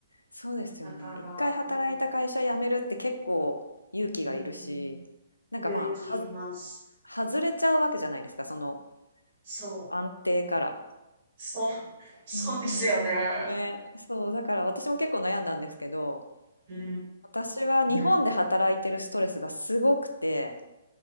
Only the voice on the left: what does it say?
そうですよね。
一回働いた会社辞めるって結構勇気がいるし、
なんかまあ、
は、外れちゃうわけじゃないですか、その
安定から。
うんうんうん。ね。そう、だから私も結構悩んだんですけど、
私は日本で働いてるストレスがすごくて、